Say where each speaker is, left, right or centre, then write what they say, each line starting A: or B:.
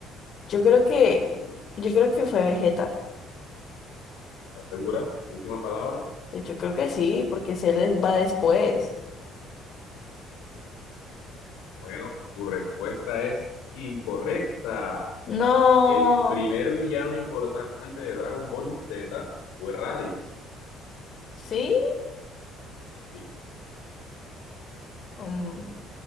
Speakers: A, on the left (about 45°); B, on the left (about 60°).
A: Yo creo que.
B: ¿Estás
A: Yo creo que fue Vegeta.
B: segura? Última palabra.
A: Pues Yo creo que sí, porque se les va después.
B: Bueno, tu respuesta es incorrecta.
A: No.
B: El primer villano importante de Dragon Ball Z fue Raditz.
A: ¿Sí?
B: Sí.
A: Mm,